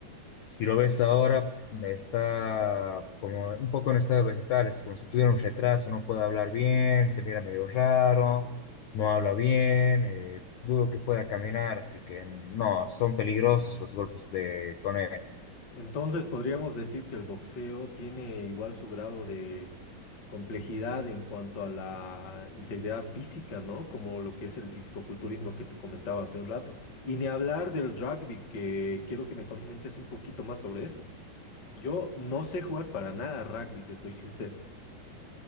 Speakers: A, on the left (about 70°); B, on the left (about 40°).
A: Si lo ves ahora, está como un poco en estado vegetal, es como si tuviera un retraso, no puede hablar bien, te mira medio raro, no habla bien, eh, dudo que pueda caminar, así que no, son peligrosos los golpes de, con él.
B: Entonces podríamos decir que el boxeo tiene igual su grado de complejidad en cuanto a la integridad física, ¿no? Como lo que es el fisicoculturismo que te comentaba hace un rato. Y ni hablar del rugby, que quiero que me comentes un poquito más sobre eso. Yo no sé jugar para nada rugby, te soy sincero.